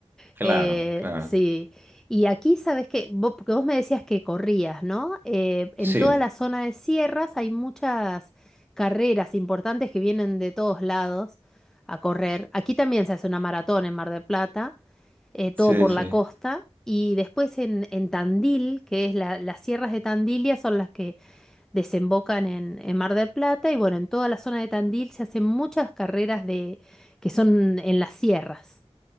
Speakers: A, on the right; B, in the centre.
A: claro,
B: Eh,
A: claro.
B: sí, y aquí sabes que, vos, porque vos me decías que corrías, ¿no? Eh, en
A: Sí,
B: toda la zona de sierras hay muchas carreras importantes que vienen de todos lados a correr. Aquí también se hace una maratón en Mar del Plata, eh, todo
A: sí,
B: por
A: sí.
B: la costa, y después en, en Tandil, que es la- las sierras de Tandilia son las que desembocan en, en Mar del Plata, y bueno, en toda la zona de Tandil se hacen muchas carreras de, que son en las sierras.